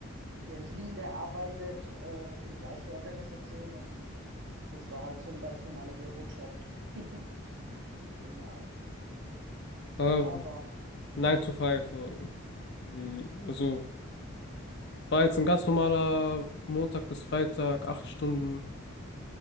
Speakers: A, on the right (about 55°); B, on the left (about 55°).
A: Berlin gearbeitet äh, für die gleiche Organisation und das war halt so ein ganz normaler Bürojob. <laughs> Genau.
B: äh,
A: Aber
B: 9 to five. äh, Wie, also war jetzt ein ganz normaler Montag bis Freitag, acht Stunden.